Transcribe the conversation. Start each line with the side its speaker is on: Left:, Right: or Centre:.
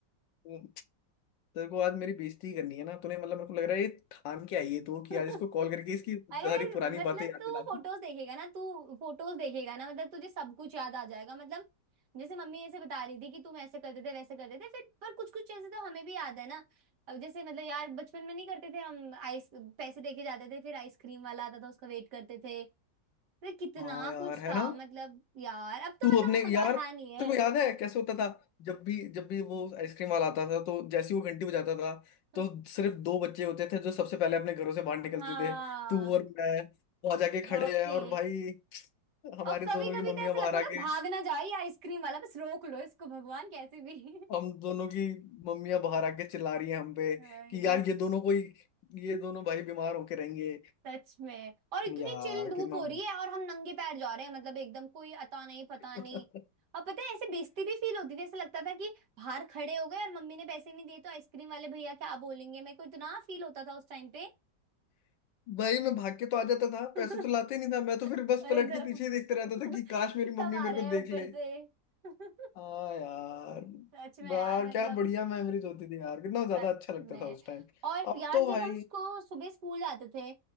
Left: वो- तेरे को आज मेरी बेइज्जती करनी है ना तूने मतलब मेरे को लग रहा है ये ठान के आई है तू
Right: <laughs>
Left: कि आज इसको कॉल करके इसकी
Right: अरे
Left: सारी पुरानी
Right: मतलब
Left: बातें याद
Right: तू
Left: दिला दूं।
Right: फोटोज देखेगा ना तू फोटोज देखेगा ना मतलब तुझे सब कुछ याद आ जाएगा मतलब जैसे मम्मी ऐसे बता रही थी कि तुम ऐसे करते थे वैसे करते थे फिर पर कुछ कुछ चीजें तो हमें भी याद है ना अब जैसे मतलब यार बचपन में नहीं करते थे हम आइस पैसे देके जाते थे फिर आइसक्रीम वाला आता था उसका वेट करते थे अरे कितना
Left: हाँ यार
Right: कुछ
Left: है
Right: था
Left: ना
Right: मतलब यार अब तो
Left: तू
Right: मतलब
Left: अपने
Right: वो मजा
Left: यार
Right: रहा नहीं है
Left: तेरे को याद है कैसे होता था जब भी जब भी वो आइसक्रीम वाला आता था तो जैसे ही वो घंटी बजाता था
Right: <laughs>
Left: तो सिर्फ दो बच्चे होते थे जो सबसे पहले अपने घरों से बाहर निकलते
Right: हाँ
Left: थे तू और मैं वहां जाके खड़े
Right: बाके
Left: हैं और भाई हमारे
Right: और
Left: दोनों
Right: कभी कभी
Left: की मम्मियां
Right: तो ऐसे
Left: बाहर
Right: लगता
Left: आके
Right: था भाग ना जाए ये आइसक्रीम वाला बस रोक लो इसको भगवान कैसे भी <laughs>
Left: हम दोनों की मम्मियां बाहर आके चिल्ला रही हैं हम पे
Right: ये
Left: कि यार
Right: तो
Left: ये दोनों कोई ये दोनों भाई बीमार होके रहेंगे
Right: सच में और इतनी
Left: यार
Right: चिल धूप
Left: कितना
Right: हो रही है और हम नंगे पैर जा रहे हैं मतलब एकदम कोई अता नहीं पता
Left: <laughs>
Right: नहीं और पता है ऐसे बेइज्जती भी फील होती थी ऐसे लगता था कि बाहर खड़े हो गए और मम्मी ने पैसे नहीं दिए तो आइसक्रीम वाले भैया क्या बोलेंगे मेरे को इतना फील होता था उस टाइम पे
Left: भाई मैं भाग के तो आ जाता था
Right: <laughs>
Left: पैसे तो लाते नहीं था मैं तो फिर बस
Right: वही
Left: पलट
Right: तो
Left: के पीछे ही देखते रहता
Right: <laughs>
Left: था कि काश मेरी मम्मी
Right: कब आ
Left: मेरे
Right: रहा
Left: को
Right: है
Left: देख
Right: ऊपर
Left: ले
Right: से <laughs>
Left: हाँ यार
Right: सच में
Left: वाह
Right: यार मतलब
Left: क्या बढ़िया मेमोरीज होती थी यार कितना ज्यादा
Right: सच
Left: अच्छा लगता
Right: में
Left: था उस टाइम
Right: और
Left: अब
Right: यार
Left: तो
Right: जब
Left: भाई
Right: हम स्कू, सुबह स्कूल जाते थे